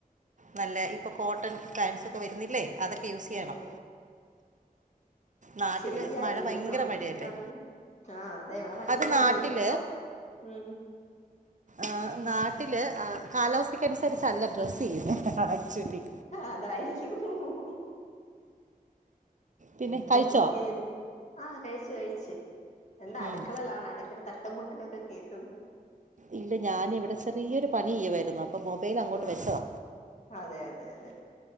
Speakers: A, on the right; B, on the left.
A: നല്ല ഇപ്പോ കോട്ടൺ പാൻറ്സൊക്കെ വരുന്നില്ലേ അതൊക്കെ യൂസ് ചെയ്യണം
B: ഓ
A: നാട്ടിൽ
B: ശരിയാ
A: മഴ
B: എങ്കിലും
A: ഭയങ്കര
B: നമുക്കിട്ടൊണ്ട്
A: മഴയല്ലേ
B: പോവും ആഹ് അതെ ഇവിടെ ഭയങ്കര
A: അത് നാട്ടിൽ
B: മഴയാ ഇതിപ്പം ഉം
A: ആഹ് നാട്ടില് കാലാവസ്ഥക്ക്‌ അനുസരിച്ചല്ല ഡ്രസ് ചെയ്യുന്നെ ആക്ച്വലി
B: അതായിരിക്കും <unintelligible>
A: പിന്നെ
B: അതിപ്പ
A: കഴിച്ചോ
B: നമുക്ക് ആഹ് കഴിച്ചു കഴിച്ചു എന്താ അടുക്കളെലാണോ
A: ഉം.
B: ഇടയ്ക്ക് ഒരു തട്ടും മുട്ട് ട്ടലൊക്കെ കേക്ക്ന്നു
A: ഇല്ല ഞാനിവിടെ ചെറിയൊരു പണി ചെയ്യുവായിരുന്നു അപ്പൊ മൊബൈൽ അങ്ങോട്ട്
B: ആ
A: വെച്ചതാ
B: അതെ അതെ അതെ